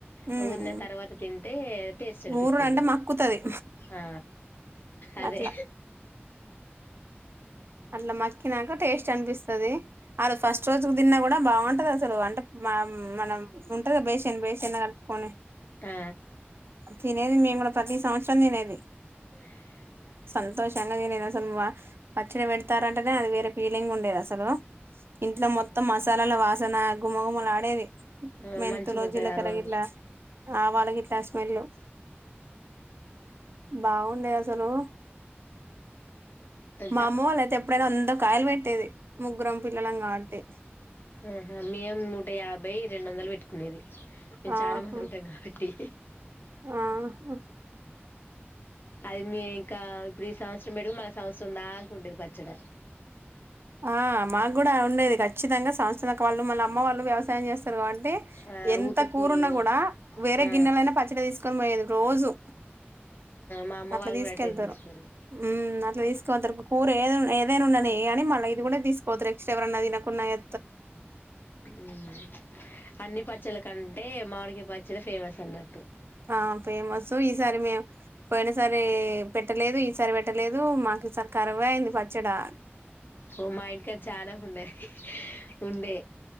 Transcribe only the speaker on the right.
ఉమ్
ఊరుడు అంటే మక్కుతది
అట్లా అట్లా మకి తిన్నక టేస్ట్ అనిపిస్తాది అ రోజు ఫస్ట్ రోజు తిన్నా కూడా బాగుంటది అసలు అంటే మం మనం ఉంటదా బేషన్ బేషన్లు కట్టుకని
తినేది మేము కూడా ప్రతి సంవత్సరం తినేది
సంతోషంగా నేనేను అసలు మా పచ్చడి పెడతారంటేనే అది వేరే ఫీలింగ్ ఉండేది అసలు ఇంట్లో మొత్తం
మసాలాల వాసన గుమ్మగుమ్మలు ఆడేది
మెంతులు
జీలకర్ర
ఇట్లా ఆవాలకి ఇట్లా హాలో బాగుండే అసలు
మా అమ్మ వాళ్ళ అయితే ఎప్పుడైనా అందరు కాయలు పెట్టేది ముగ్గురం పిల్లలం కాబట్టి
ఆహా
ఆహా
ఆ మా కూడా అ ఉండేది ఖచ్చితంగా సంస్థ వాళ్ళు మళ్ అమ్మ వాళ్ళు వ్యవసాయం చేస్తారు కాబట్టి
ఎంత
కూరున్నా
కూడా వేరే
గిన్నెలైనా పచ్చడి తీసుకొని పోయేది రోజు
అట్లా
తీసుకెళ్తారు
మ్మ్ అట్లా తీసుకవోతరు, కూర ఏద ఏదైనా ఉండని కాని మల్ ఇది కూడా తీసుకోతరు ఎక్స్‌స్ట్రా ఎవరన్నా తినకుం ఉన్నాయె
ఆ ఫేమస్ ఈసారి మేము పోయిన సారి పెట్టలేది సరి వెట్టలేదు మాకిసారి కరువైంది పచ్చడా